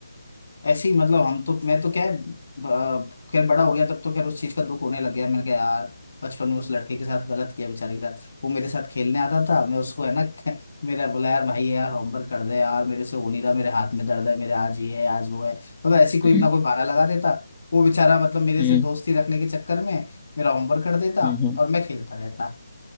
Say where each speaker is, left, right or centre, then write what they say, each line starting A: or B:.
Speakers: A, on the left; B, on the left.
A: ऐसे ही मतलब हम तो मैं तो क्या है, ब- खैर बड़ा हो गया तब तो खैर उस चीज का दुख होने लग गया मैंने कहा यार बचपन में उस लड़के के साथ गलत किया बेचारे के साथ वो मेरे साथ खेलने आता था मैं उसको है ना <laughs> मेरा बोला यार भाई यार होमवर्क कर दे यार मेरे से हो नहीं रहा मेरे हाथ में दर्द है मेरे आज ये है आज वो है मतलब
B: हम्म
A: ऐसी कोई ना कोई बहाना लगा देता वो बेचारा मतलब मेरे
B: हम्म
A: से दोस्ती रखने के चक्कर में मेरा होमवर्क कर देता
B: हम्म
A: और मैं खेलता रहता